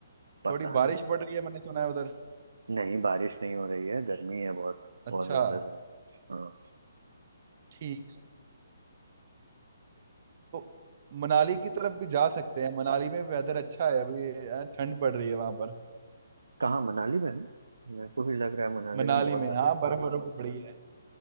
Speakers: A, on the right; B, on the right.
A: पता
B: थोड़ी बारिश
A: नहीं
B: पड़ रही है मैंने सुना है उधर
A: नहीं बारिश नहीं हो रही है गर्मी है बहुत
B: अच्छा
A: बहुत ज़्यादा गर्म हाँ
B: ठीक तो मनाली की तरफ भी जा सकते हैं मनाली में वेदर अच्छा है अभी अ, ठंड पड़ रही है वहां पर
A: कहाँ मनाली में है मेरे को भी लग रहा है मनाली
B: मनाली
A: में बहुत
B: में हाँ बर्फ बर्फ भी पड़ी है